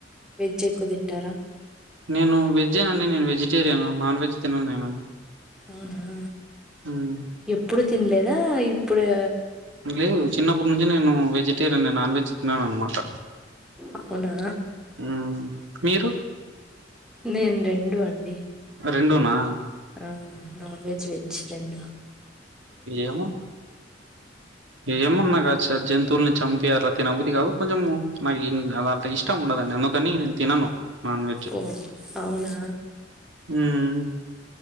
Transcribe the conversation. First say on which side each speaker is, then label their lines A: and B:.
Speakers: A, in the centre; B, on the right.
A: వెజ్ ఎక్కువ తింటారా?
B: నేను వెజ్జే నండి నేను వెజిటేరియన్. నాన్ వెజ్ తినను నేను
A: మ్ హూ
B: మ్మ్
A: ఎప్పుడు తినలేదా? ఇప్పుడా
B: లేదు చిన్నప్పటి నుంచి నేను వెజిటేరియనే. నాన్ వెజ్ తినను అన్నమాట.
A: అవునా
B: మ్ మీరు
A: నేను రెండూ అండి.
B: అ రెండూనా?
A: ఆ నాన్ వెజ్, వెజ్ రెండూ.
B: ఏమో, ఏమన్నా కానీ ఆ జంతువులని చంపి అట్లా తినబుద్ది గాదు. కొంచెము నాకు అలా అట్లా ఇష్టం ఉండదండీ అందుకని నేను తినను. నాన్ వెజ్
A: ఓహ్! అవునా?
B: మ్